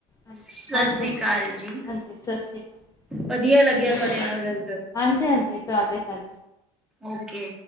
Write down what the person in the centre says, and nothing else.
ਸਤਿ
ਸ੍ਰੀ ਅਕਾਲ ਜੀ।
ਵਧੀਆ ਲੱਗਿਆ ਤੁਹਾਡੇ ਨਾਲ ਗੱਲ ਕਰ
ਓਕੇ।